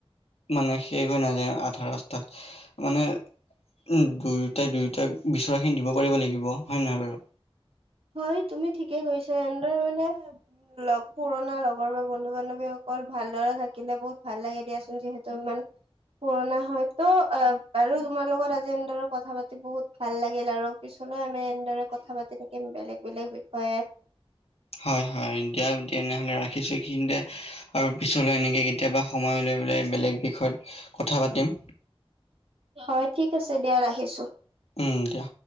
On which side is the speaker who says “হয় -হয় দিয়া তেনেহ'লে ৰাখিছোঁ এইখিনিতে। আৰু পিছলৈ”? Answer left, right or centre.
Left